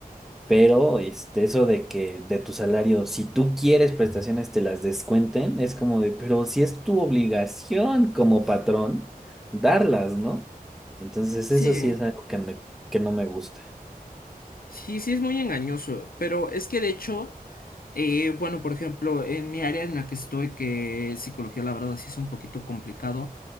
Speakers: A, in the centre; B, on the left (about 70°).
A: pero este, eso de que de tu salario, si tú quieres prestaciones, te las descuenten, es como de, pero si es tu obligación como patrón, darlas, ¿no? Entonces,
B: Sí,
A: eso sí
B: eh.
A: es algo que, me- que no me gusta.
B: Sí, sí, es muy engañoso, pero es que de hecho, eh, bueno, por ejemplo, en mi área en la que estoy, que es psicología, la verdad sí es un poquito complicado.